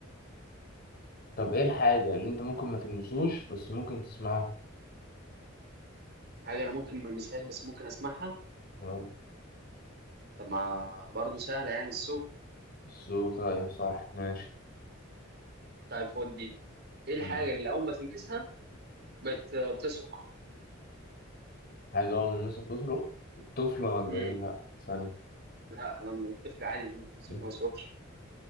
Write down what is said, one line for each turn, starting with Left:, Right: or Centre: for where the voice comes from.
Left: طب ايه الحاجة اللي انت ممكن ما تلمسوش بس ممكن تسمعها
Right: حاجه انا ممكن ما المسهاش بس ممكن اسمعها
Left: آه،
Right: طب ما برضه سهلة يعني السوق
Left: الصوت طيب صح ماشي
Right: طيب خد دي ايه الحاجة
Left: مم.
Right: اللي أول ما تلمسها بت... بتصرخ
Left: حاجة أول ما المسك تصرخ الطفلة ولا
Right: امم
Left: ايه لأ ثانية
Right: لا لما الطفل عادي ممكن تمسكه
Left: مم.
Right: ما يصرخش